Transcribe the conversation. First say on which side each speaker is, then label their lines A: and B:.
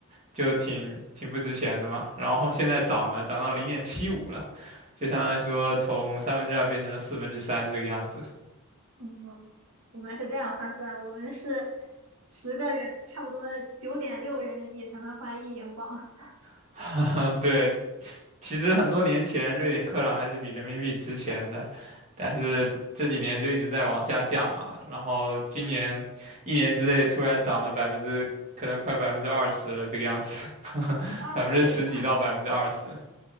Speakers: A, on the right (about 30°); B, on the right (about 70°).
A: 就挺挺不值钱的嘛。然后后现在涨了，涨到零点七五了，就相当于说从三分之二变成了四分之三这个样子。
B: 嗯，我们是这样换算，我们是十个人，差不多九点六人民币才能换一英镑。
A: <laughs> 对，其实很多年前瑞典克朗还是比人民币值钱的，但是这几年就一直在往下降嘛。然后今年一年之内突然涨了百分之，可能快百分之二十了这个样子，<laughs>
B: <laughs> 啊，
A: 百分之十几到百分之二十。
B: 对，那